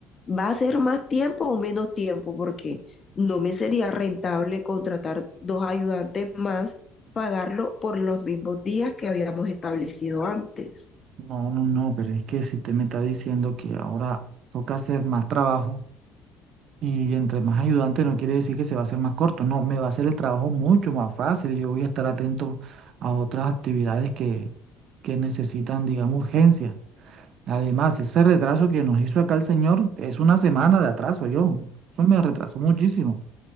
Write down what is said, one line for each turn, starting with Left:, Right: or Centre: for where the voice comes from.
Left: ¿va a ser más tiempo o menos tiempo? Porque no me sería rentable contratar dos ayudantes más, pagarlo por los mismos días que habíamos establecido antes.
Right: No, no, no, pero es que si usted me está diciendo que ahora toca hacer más trabajo. Y entre más ayudante no quiere decir que se va a hacer más corto, no, me va a hacer el trabajo mucho más fácil. Yo voy a estar atento a otras actividades que, que necesitan, digamos, urgencia. Además, ese retraso que nos hizo acá el señor es una semana de atraso, yo. Eso me retrasó muchísimo.